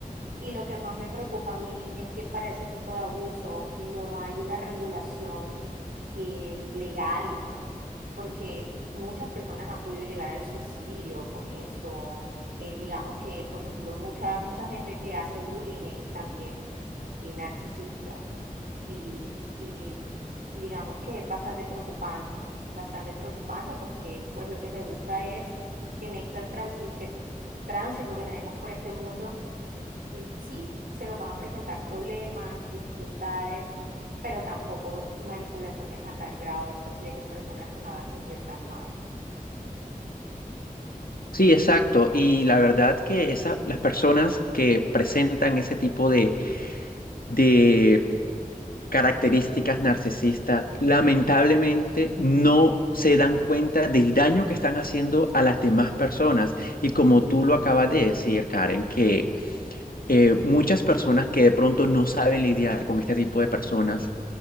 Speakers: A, on the right; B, on the left.
A: Y lo que más me preocupa a mí es que para ese tipo de abuso no hay una regulación eh, legal porque muchas personas han podido llegar al suicidio con eso. Eh, digamos que, por ejemplo, mucha, mucha gente que hace bullying es también eh, narcisista y, y digamos que es bastante preocupante, bastante preocupante porque pues lo que se busca es que en este transi- que- tránsito que tenemos por este mundo, eh, sí, se nos van a presentar problemas, dificultades, pero tampoco manipulaciones a tal grado de, de que personas nos hagan sentir tan mal.
B: Sí, exacto. Y la verdad que esa- las personas que presentan ese tipo de, de características narcisistas, lamentablemente no se dan cuenta del daño que están haciendo a las demás personas. Y como tú lo acabas de decir, Karen, que eh, muchas personas que de pronto no saben lidiar con este tipo de personas